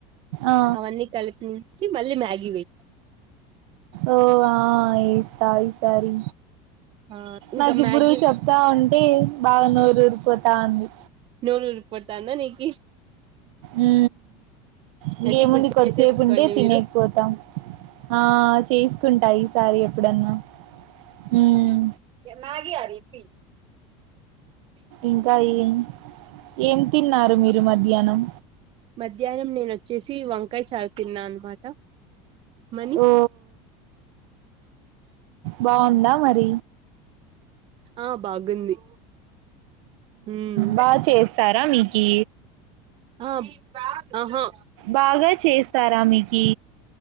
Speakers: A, on the right; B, on the right.
A: ఆ
B: అవన్నీ కలిపి చి మళ్ళీ మ్యాగి వై
A: ఓ ఆ ఏస్తా ఈసారి
B: ఆ ఇంకా
A: నాకు ఇప్పుడు
B: మ్యాగీ
A: చెప్తా ఉంటే బాగా నోరు ఊరిపోతా ఉంది
B: నోరు ఊరి పోతాంద నీకు
A: ఊ ఇంకేముంది
B: అయితే ఇప్పుడు చేసేసుకోండి
A: కొద్దిసేపు ఉంటే తినేకిపోతాం
B: మీరు
A: ఆ చేసుకుంటా ఈసారి ఎప్పుడన్నా మ్మ్.
B: మ్యాగి కాదు ఇప్పి
A: ఇంకా ఏం ఏం తిన్నారు మీరు మధ్యానం
B: మధ్యానం నేనొచ్చేసి వంకాయ చారు తిన్న అనమాట మనీ
A: ఓ బాగుందా మరి
B: ఆ బాగుంది ఉమ్
A: బాగా చేస్తారా మీకీ
B: అ ఆహా
A: బాగా చేస్తారా మీకి